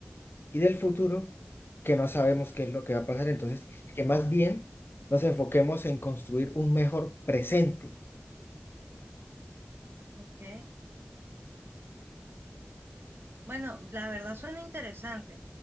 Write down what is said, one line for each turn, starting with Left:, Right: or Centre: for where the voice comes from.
Left: y del futuro, que no sabemos qué es lo que va a pasar. Entonces, que más bien nos enfoquemos en construir un mejor presente.
Right: ok. Bueno, la verdad suena interesante.